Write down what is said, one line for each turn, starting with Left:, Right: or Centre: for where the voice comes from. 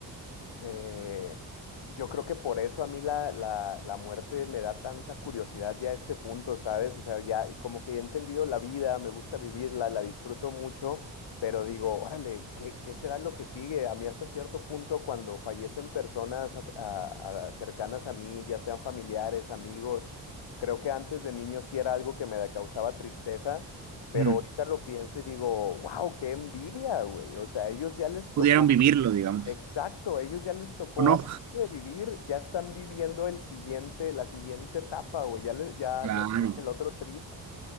Left: Eh, yo creo que por eso a mí la, la, la muerte me da tanta curiosidad ya a este punto, ¿sabes? O sea, ya y como que he entendido la vida, me gusta vivirla, la disfruto mucho, pero digo, órale, ¿qué, qué será lo que sigue? A mí hasta cierto punto cuando fallecen personas as- a- a- cercanas a mí, ya sean familiares, amigos, creo que antes de niño sí era algo que me da- causaba tristeza. Pero
Right: Mm.
Left: ahorita lo pienso y digo, wow, qué envidia, güey. O sea, a ellos ya les tocó
Right: pudieron vivirlo, digamos,
Left: Exacto, ellos ya les tocó,
Right: ¿o no?
Left: aparte de vivir, ya están viviendo el siguiente, la siguiente etapa, güey, ya, les, ya,
Right: Claro.
Left: ya están en el otro trip.